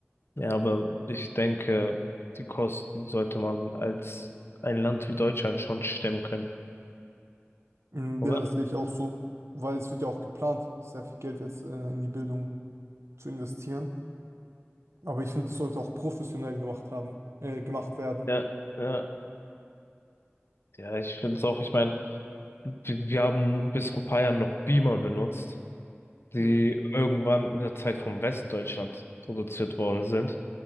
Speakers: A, on the left (about 60°); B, on the right (about 80°).
A: Ja, aber ich denke, die Kosten sollte man als ein Land wie Deutschland schon stemmen können,
B: Mm,
A: oder?
B: Ja, das sehe ich auch so, weil es wird ja auch geplant, sehr viel Geld jetzt äh, in die Bildung zu investieren. Aber ich finde, es sollte auch professionell gemacht haben, äh, gemacht werden.
A: Ja, ja, Ja, ich finde es auch, ich meine, wir, wir haben bis vor paar Jahren noch Beamer benutzt. die
B: Ja,
A: irgendwann in der Zeit von Westdeutschland produziert worden sind.